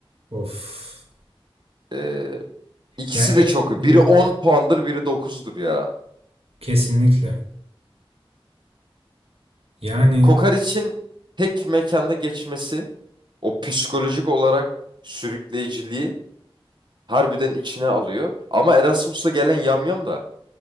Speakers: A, on the right; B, on the right.
A: Of.
B: e, ikisi
A: Ya eğlence.
B: de çok. Biri 10 puandır, biri dokuzdur ya.
A: Kesinlikle. Yani
B: Kokoreç'in tek mekanda geçmesi, o psikolojik olarak sürükleyiciliği Harbiden içine alıyor. Ama Erasmus'la gelen Yamyam da